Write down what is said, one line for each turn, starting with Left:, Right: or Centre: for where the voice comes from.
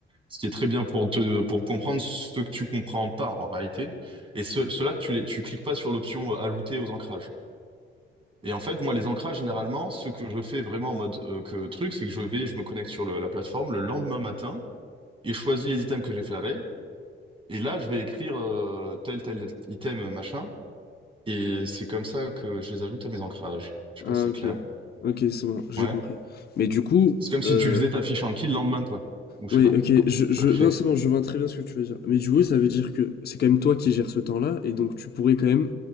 Right: Ce qui est très bien pour te pour comprendre ce que tu comprends pas en réalité. Et ce, cela, tu les tu cliques pas sur l'option euh, ajouter aux ancrages. Et en fait, moi, les ancrages, généralement, ce que je fais vraiment en mode euh, que truc, c'est que je vais, je me connecte sur le- la plateforme le lendemain matin et je choisis les items que j'ai fait la veille. Et là, je vais écrire euh, tel tel item machin. Et c'est comme ça que je les ajoute à mes ancrages. Je sais pas
Left: Ah,
Right: si c'est
Left: ok.
Right: clair.
Left: Ok, c'est bon, j'ai
Right: Ouais.
Left: compris. Mais du coup,
Right: C'est comme si
Left: euh,
Right: tu faisais ta fiche Anki le lendemain, quoi. Ou je
Left: Oui,
Right: sais pas.
Left: ok,
Right: Enfin,
Left: je,
Right: tu
Left: je,
Right: vas créer.
Left: non, c'est bon, je vois très bien ce que tu veux dire. Mais du coup, ça veut dire que c'est quand même toi qui gères ce temps-là, et donc tu pourrais quand même,